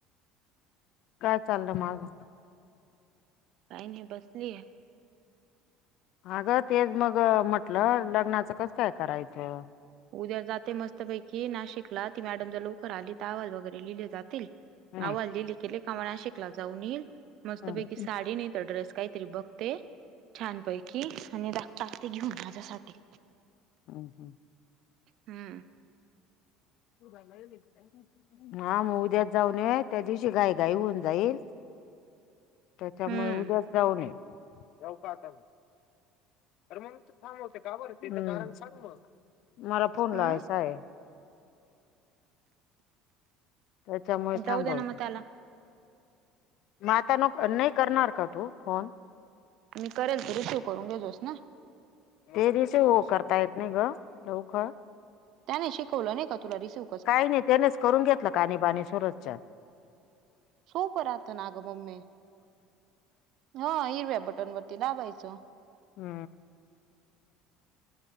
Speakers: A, on the left (about 60°); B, on the right (about 60°).
A: काय चाललं मग.
B: काही नाही बसली आहे.
A: अगं तेच मग म्हटलं लग्नाचं कसं काय करायचं.
B: उद्या जाते मस्तपैकी नाशिकला ती मॅडम जर लवकर आली तर अहवाल वगैरे लिहिले जातील.
A: हम्म,
B: अहवाल लिहिले गेले का मग नाशिकला जाऊन येईल मस्तपैकी
A: हम्म,
B: साडी नाही तर ड्रेस काहीतरी बघ ते छानपैकी आणि टाकते घेऊन माझ्यासाठी.
A: हम् हम्.
B: हम्.
A: <unintelligible> हा मग उद्याच जाऊ नये त्या दिवशी घाई घाई होऊन जाईल. त्याच्यामुळे
B: हम्म
A: उद्याच जाऊन ये जाऊ का आता. <unintelligible>
B: हम्म
A: त्याच्यामुळ
B: जाऊ
A: थांबवते.
B: दे ना मग त्याला
A: म आता नाही करणार का तू फोन?
B: मी करेल तू रिसिव करून घेतोस ना?
A: ते रिसिव करता येत नाही ग लवकर.
B: त्याने शिकवलं नाही का तुला रिसिव
A: काही नाही त्यानेच करून घेतलं काणी बाणी सुरच्या
B: सोपं राहत ना ग मम्मे हो हिरव्या बटन वरती दाबायचं.
A: हू